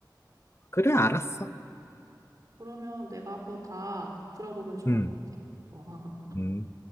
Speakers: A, on the left; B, on the right.
A: 그래, 알았어.
B: 그러면 내가 한번 다 들어보면 좋을
A: 음.
B: 것 같아. <laughs>
A: 음.